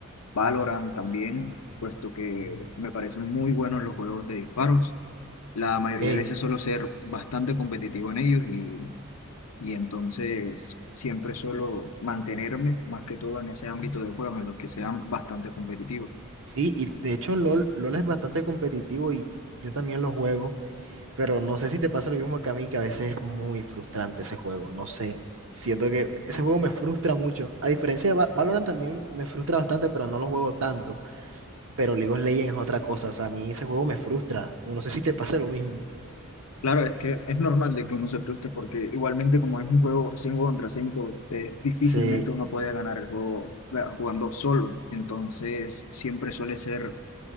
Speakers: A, on the left; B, on the right.
A: Valorant también, puesto que me parecen muy buenos los juegos de disparos. La mayoría
B: Ok,
A: de veces suelo ser bastante competitivo en ellos y, y entonces siempre suelo mantenerme más que todo en ese ámbito de juegos en los que sean bastante competitivos.
B: sí, y de hecho LOL, LOL es bastante competitivo y yo también lo juego, pero no sé si te pasa lo mismo que a mí, que a veces es muy frustrante ese juego, no sé. Siento que ese juego me frustra mucho. A diferencia de Va- Valorant también me frustra bastante, pero no lo juego tanto. Pero League of Legends es otra cosa, o sea, a mí ese juego me frustra. No sé si te pasa lo mismo.
A: Claro, es que es normal de que uno se frustre porque igualmente como es un juego 5 contra 5, eh, difícilmente
B: Sí,
A: uno puede ganar el juego eh, jugando solo. Entonces, siempre suele ser